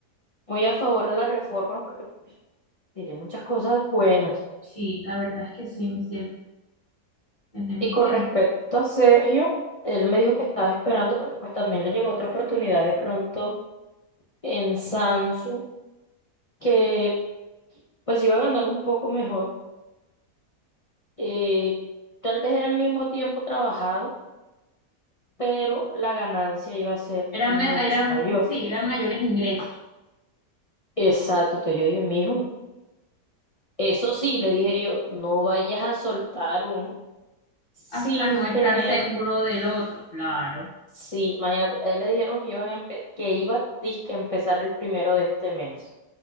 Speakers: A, on the left (about 65°); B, on the left (about 35°).
A: muy a favor a la reforma porque pues, tiene muchas cosas buenas.
B: Sí, la verdad es que sí, mi cielo, tenemos
A: Y con
B: que...
A: respecto a Sergio, él me dijo que estaba esperando porque pues también le llegó otra oportunidad de pronto en Samsung, que pues iba a ganar un poco mejor. Eh, tal vez era el mismo tiempo trabajado, pero la ganancia iba a ser
B: Eran,
A: mucho
B: me- eran,
A: mayor.
B: sí, eran mayores ingresos,
A: Exacto, entonces yo dije, mijo, eso sí, le dije yo, no vayas a soltar uno sin
B: hasta no estar
A: tener,
B: seguro del otro, claro.
A: sí, imagínate, a él le dijeron que iban a empe- que iba, dizque, a empezar el primero de este mes.